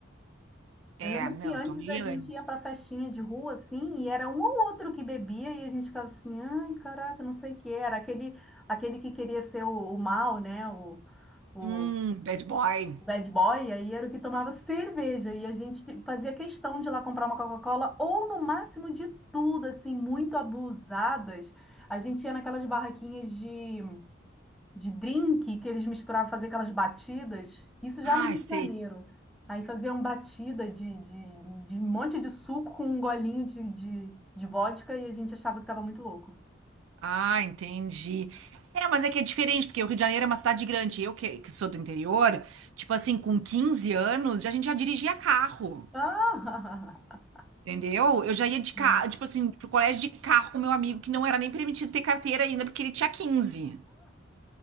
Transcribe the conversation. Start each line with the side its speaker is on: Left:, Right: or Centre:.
Centre: Eu
Right: É,
Centre: lembro
Right: não,
Centre: que antes
Right: eu tomei
Centre: a gente
Right: antes.
Centre: ia para festinha de rua, assim, e era um ou outro que bebia, e a gente ficava assim, ai, caraca, não sei o que. Era aquele, aquele que queria ser o, o mal, né? O, o,
Right: Hum, bad boy.
Centre: o bad boy, aí era o que tomava cerveja. E a gente te- fazia questão de ir lá comprar uma Coca-Cola, ou no máximo de tudo, assim, muito abusadas. A gente ia naquelas barraquinhas de de drink que eles misturavam, fazer aquelas batidas, isso já
Right: Ai,
Centre: no Rio
Right: sei.
Centre: de Janeiro. Aí faziam batida de, de, de um monte de suco com um golinho de, de, de vodka e a gente achava que estava muito louco.
Right: Ah, entendi. É, mas é que é diferente, porque o Rio de Janeiro é uma cidade grande. Eu que, que sou do interior, tipo assim, com 15 anos, já- a gente já dirigia carro,
Centre: Ah! <laughs>
Right: entendeu? Eu já ia de carro,
Centre: Hum.
Right: tipo assim, pro colégio de carro com meu amigo, que não era nem permitido ter carteira ainda, porque ele tinha quinze.